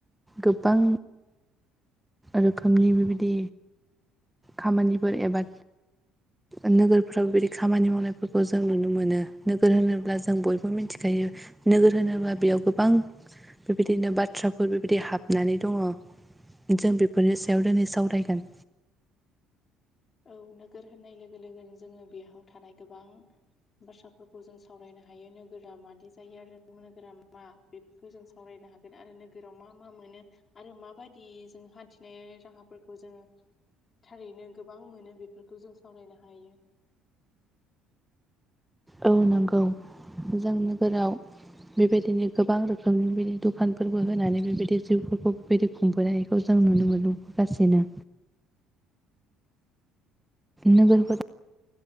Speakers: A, in the centre; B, on the left (about 35°).
A: गोबां रोखोमनि बेबायदि खामानिफोर एबा नोगोरफ्राव बेबायदि खामानि मावनायफोरखौ जों नुनो मोनो। नोगोर होनोब्ला जों बयबो मिनथिखायो नोगोर होनोब्ला बेयाव गोबां बेबायदिनो बाथ्राफोर बेबायदि हाबनानै दङ। जों बेफोरनि सायाव दिनै सावरायगोन।
B: औ नोगोर होननाय लोगो लोगोनो जोङो बेयाव थानाय गोबां बाथ्राफोरखौ जों सावरायनो हायो नोगोरा मादि जायो आरो नोगोरा मा बेफोरखौ जों सावरायनो हागोन आरो नोगोराव मा मा मोनो आरो माबायदि जों हान्थिनाय राहाफोरखौ जोङो थारैनो गोबां मोनो बेफोरखौ जों सावरायनो हायो।
A: औ नंगौ जों नोगोराव बेबायदिनो गोबां रोखोमनि बिदि दखानफोरबो होनानै बेबायदि जिउफोरखौ बेबायदि खुंबोनायखौ जों नुनो मोनो। गासिनो नोगोर फोरा